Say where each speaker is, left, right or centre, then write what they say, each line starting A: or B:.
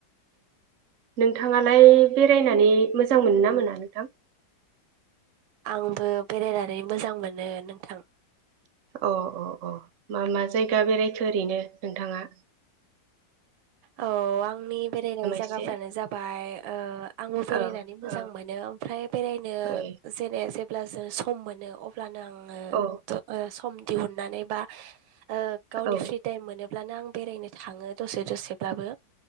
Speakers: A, on the right; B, on the right.
A: नोंथाङालाय बेरायनानै मोजां मोनो ना मोना नोंथां?
B: आंबो बेरायनानै मोजां मोनो नोंथां।
A: अ अ अ मा मा जायगा बेरायखो ओरैनो नोंथांङा?
B: औ आंनि बेरायनाय जायगाफ्रानो
A: एसे?
B: जाबाय ओ आंङो
A: औ
B: बेरायनानै मोजां
A: औ
B: मोनो ओमफ्राय बेरायनो
A: ए
B: जेरै जे अब्ला जों सम मोनो अब्लानो आं
A: औ
B: <unintelligible> द' सम दिहुननानै बा ओ गावनि
A: औ
B: फ्रि टाइम मोनोब्लानो आं बेरायनो थाङो दसे दसे दाबो